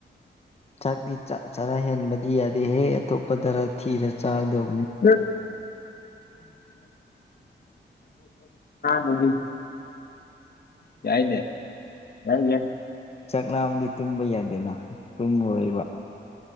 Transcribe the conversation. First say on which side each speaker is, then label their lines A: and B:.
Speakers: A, on the left (about 30°); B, on the left (about 55°).
A: ꯆꯥꯛꯇꯤ ꯆꯔꯥ ꯍꯦꯟꯕꯗꯤ ꯌꯥꯗꯦꯍꯦ ꯑꯇꯣꯞꯄꯗꯔ ꯊꯤꯔ ꯆꯥꯛꯗꯧ
B: <inaudible> ꯎꯝ ꯌꯥꯏꯅꯦ ꯌꯥꯏ ꯌꯥꯏ
A: ꯆꯥꯛꯂꯥꯝꯗꯤ ꯇꯨꯝꯕ ꯌꯥꯗꯦꯅ ꯇꯨꯝꯃꯣꯏꯕ